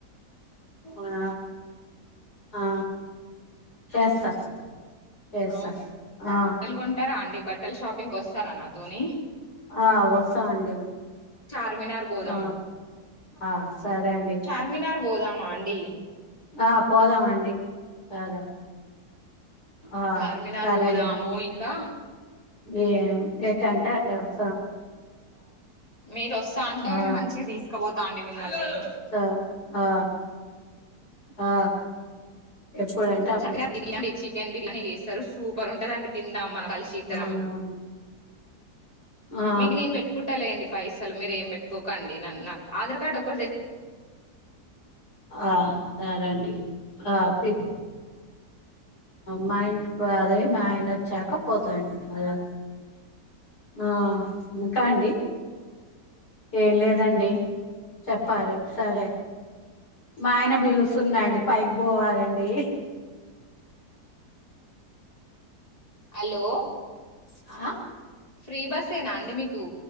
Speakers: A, on the left; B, on the left.
A: ఆ ఆ చేస్తా. చేస్తా
B: అవ్
A: ఆ
B: బట్టలు గొంటారా అండి, బట్టల్ షాపింగ్ కోస్తారా, నాతోనీ.
A: ఆ వొస్తఅండి.
B: చార్మినార్ పోదాం
A: అ అ సరే అండి.
B: చార్మినార్ పోదామా, అండి.
A: ఆ పోదామండి పాదా. ఆ
B: చార్మినార్
A: సరే
B: పోదాము
A: అండి.
B: ఇంకా
A: ఏమ్ ఎటు అంటే ఆటే వొస్.
B: మీరు వొస్తా అంటే,
A: ఆ
B: నేను మంచిగ తీసుకబోత. త అండి మిమ్మల్లిన్ని.
A: సరే ఆ ఆ ఎప్పుడంటే అప్పుడే.
B: చార్మినార్ బిర్యానీ చికెన్ బిర్యానే యేస్తారు, సూపర్ ఉంటదండి తిందాం మనం కలిసి ఇద్దరం.
A: అవునా ఆ
B: మీకు నేను పెట్టుకుంటా లేండి, పైసలు మీర ఏం పెట్టుకో. కండి నన్ను నాకు ఆధార్ కార్డ్ ఒకటి తె.
A: ఆ సరే అండి అపి. మా ఇంటికి అ అదే మా ఆయన వొచ్చాక పోతాండి అలా. ఆ ఇంకా అండి. ఏం లేదండి చెప్పాలి సరే. మా ఆయన బిలుస్తు అండి, అండి పైకి బోవాలే.
B: హలో.
A: ఆ.
B: ఫ్రీ బస్సేనా, అండి మీకు.